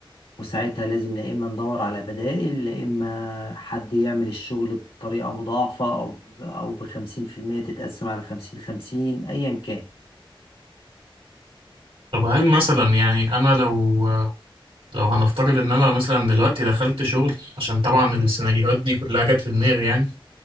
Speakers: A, on the left; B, on the right.
A: وساعتها لازم لا اما ندور على بدائل لا اما حد يعمل الشغل بطريقة مضاعفة او ب- او بخمسين في المية تتقسم على خمسين خمسين ايا كان
B: طب هل مثلا يعني انا لو لو هنفترض ان انا مثلا دلوقتي دخلت شغل عشان طبعا السيناريوهات دي كلها جت في دماغي يعني